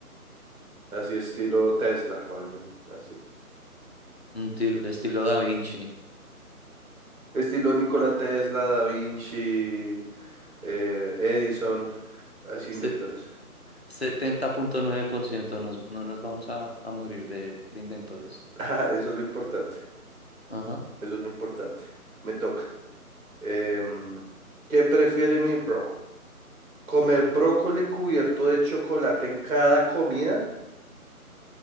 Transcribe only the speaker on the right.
así estilo Tesla o algún así.
Estilo Nikola Tesla, Da Vinci, eh, Edison, así
inventores. <laughs>
Ah, eso es lo importante,
eso es lo importante. Me toca. Em, ¿qué prefiere mi bro? ¿Comer brócoli cubierto de chocolate en cada comida?